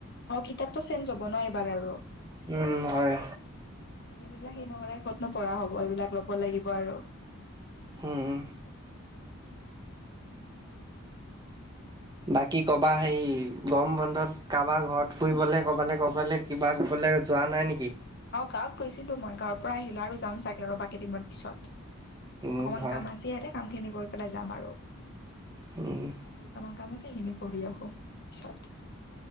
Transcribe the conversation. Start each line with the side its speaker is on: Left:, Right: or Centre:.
Left: অ কিতাপটো চেঞ্জ হ'ব ন এইবাৰ আৰু
Right: উম হয়
Left: সেইবিলাক <unintelligible> ক'ত ন পঢ়া হ'ব এইবিলাক ল'ব লাগিব আৰু
Right: হুম উম বাকী ক'ৰবাৰ সেই গৰম বন্ধত কাৰোবাৰ ঘৰত ফুৰিবলৈ ক'ৰবালৈ ক'ৰবালৈ কিবা ক'বলৈ যোৱা নাই নেকি
Left: অ গাঁৱত গৈছিলো মই গাঁৱৰ পৰা আহিলা আৰু যাম চাগে ৰ'বা কেইদিনমান পিছত
Right: উম
Left: অকমান
Right: হয়
Left: কাম আছে ইয়াতে কামখিনি কৰি পেলাই যাম আৰু
Right: উম উম
Left: দুটামান কাম আছে সেইখিনি কৰি আহো পিছত